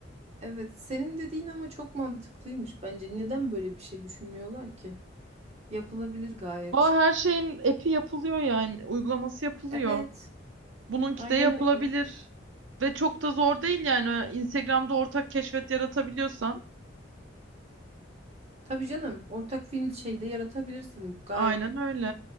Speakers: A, on the right; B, on the right.
A: Evet, senin dediğin ama çok mantıklıymış bence. Neden böyle bir şey düşünmüyorlar ki? Yapılabilir gayet.
B: Aa, her şeyin epi yapılıyor yani. Uygulaması yapılıyor.
A: Evet,
B: Bununki
A: aynen
B: de yapılabilir.
A: öyle.
B: Ve çok da zor değil yani. Instagram'da ortak keşfet yaratabiliyorsan.
A: Tabii canım, ortak film şeyde yaratabilirsin gayet.
B: Aynen öyle.